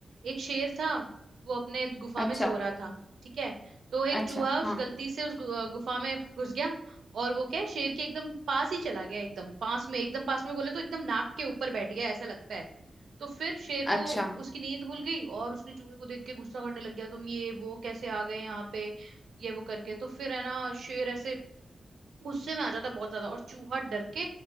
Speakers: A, on the right; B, on the left.
A: एक शेर था वो अपने गुफा
B: अच्छा
A: में सो रहा था ठीक है तो एक
B: अच्छा
A: चूहा उस
B: हाँ
A: गलती से उस गु- गुफा में घुस गया और वो क्या है, शेर के एकदम पास ही चला गया एकदम पास में एकदम पास में बोले तो एकदम नाक के ऊपर बैठ गया ऐसा लगता है तो फिर शेर को
B: अच्छा
A: उसकी नींद भूल गई और उसने चूहे को देख के गुस्सा करने लग गया तुम ये वो कैसे आ गए यहाँ पे ये वो करके तो फिर है ना शेर ऐसे गुस्से में आ जाता है बहुत ज्यादा और चूहा डर के